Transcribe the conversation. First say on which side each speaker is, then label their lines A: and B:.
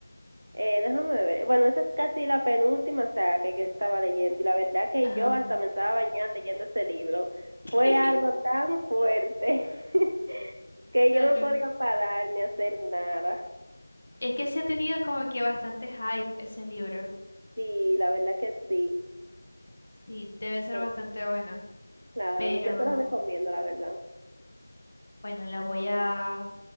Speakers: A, on the right; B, on the left.
A: Eh, déjame ver. Bueno, esa es casi la penúltima saga que yo estaba leyendo y la verdad que
B: Ajá.
A: yo hasta me estaba bañando leyendo ese libro.
B: <laughs>
A: Fue algo tan fuerte <laughs> que
B: Claro.
A: yo no podía parar ni hacer nada.
B: Es que sí ha tenido como que bastante hype ese libro.
A: Sí, la verdad que sí.
B: Sí, debe ser
A: Ah,
B: bastante bueno.
A: Claro,
B: Pero
A: yo te lo recomiendo, la verdad.
B: bueno, la voy a,